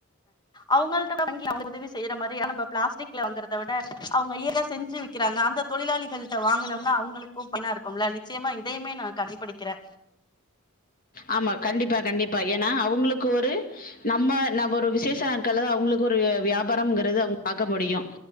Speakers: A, on the left; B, on the left.
A: அவங்கள்ட்ட வாங்கி அவங்க உதவி செய்ற மாரி நம்ப பிளாஸ்டிக்ல வந்துறத விட அவங்க இயற செஞ்சு விக்கிறாங்க அந்த தொழிலாளிகள்ட்ட வாங்கனம்னா அவங்களுக்கும் பயணா இருக்கும்ல நிச்சயமா இதயுமே நா கடைபிடிக்கிறே
B: ஆமா கண்டிப்பா கண்டிப்பா ஏன்னா அவுங்குளுக்கு ஒரு நம்ம நம் ஒரு விசேஷ நாட்கள்ல்ல தா அவுங்களுக்கு ஒரு வியாபாரங்கிறது அவுங்க பாக்க முடியும்